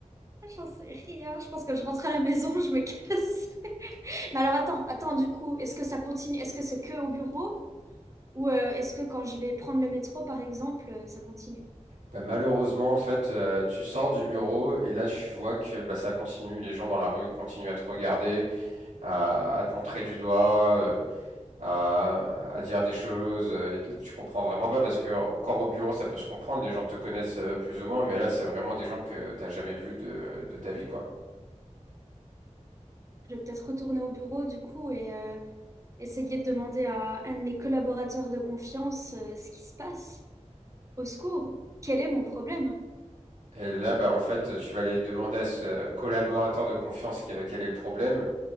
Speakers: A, on the right (about 25°); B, on the right (about 80°).
A: Ah, J'en sais rien, je pense que je rentre à la maison, <laughs> je me casse. Mais alors attends, attends, du coup, est-ce que ça continue? Est-ce que c'est que au bureau? Ou euh, est-ce que quand je vais prendre le métro, par exemple, euh, ça continue?
B: bah, malheureusement, en fait, euh, tu sors du bureau et là, tu vois que bah, ça continue. Les gens dans la rue ils continuent à te regarder, à, à te montrer du doigt, euh, à, à dire des choses. euh, Et tu comprends vraiment pas parce que encore au bureau, ça peut se comprendre. Les gens te connaissent euh, plus ou moins, mais là, c'est vraiment des gens que t'as jamais vus de, de ta vie, quoi.
A: Je vais peut-être retourner au bureau du coup et euh, essayer de demander à un de mes collaborateurs de confiance euh, ce qui se passe. Au secours, quel est mon problème?
B: Et là, bah, en fait, tu vas aller demander à ce collaborateur de confiance que- quel est le problème.